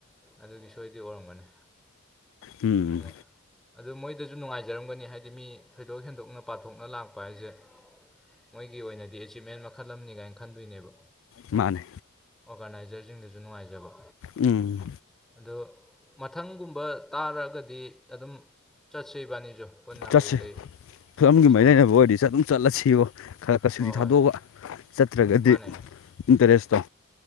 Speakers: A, in the centre; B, on the left.
A: ꯑꯗꯨꯒꯤ ꯁꯣꯏꯗꯤ ꯑꯣꯏꯔꯝꯒꯅꯤ
B: ꯎꯝ
A: ꯑ ꯑꯗꯨ ꯃꯣꯏ ꯑꯩꯗꯁꯨ ꯅꯨꯡꯉꯥꯏꯖꯔꯝꯒꯅꯤ ꯍꯥꯏꯗꯤ ꯃꯤ ꯊꯣꯏꯗꯣꯛ ꯍꯦꯟꯗꯣꯛꯅ ꯄꯥꯊꯣꯛꯅ ꯂꯥꯛꯄ ꯍꯥꯏꯁꯦ ꯃꯣꯏꯒꯤ ꯑꯣꯏꯅꯗꯤ ꯑꯦꯆꯤꯞꯃꯦꯟ ꯃꯈꯜ ꯑꯃꯅꯤ ꯀꯥꯏꯅ ꯈꯟꯗꯣꯏꯅꯦꯕ
B: ꯃꯥꯅꯦ
A: ꯑꯣꯔꯒꯅꯥꯏꯖꯔꯁꯤꯡꯗꯁꯨ ꯅꯨꯡꯉꯥꯏꯖꯕ
B: ꯎꯝ
A: ꯑꯗꯣ ꯃꯊꯪꯒꯨꯝꯕ ꯇꯥꯔꯛꯑꯒꯗꯤ ꯑꯗꯨꯝ ꯆꯠꯁꯤ ꯏꯕꯥꯅꯤꯁꯨ ꯄꯨꯟꯅ
B: ꯆꯠꯁ
A: ꯀꯩꯀꯩ
B: ꯐꯤꯂꯝꯒꯤ
A: ꯊꯕꯛ
B: ꯃꯔꯤ
A: ꯁꯪꯕ
B: ꯂꯩꯅꯕ
A: ꯈꯣꯠꯄ
B: ꯑꯣꯏꯔꯗꯤ ꯆꯠ ꯑꯗꯨꯝ ꯆꯠꯂꯁꯤꯕꯣ ꯈꯔ ꯈꯔꯁꯤꯗꯤ
A: ꯍꯣꯏ ꯍꯣꯏ
B: ꯊꯥꯗꯣꯛꯑ ꯆꯠꯇ꯭ꯔꯒꯗꯤ
A: ꯃꯥꯅꯦ
B: ꯏꯟꯇꯔꯦꯁꯇꯣ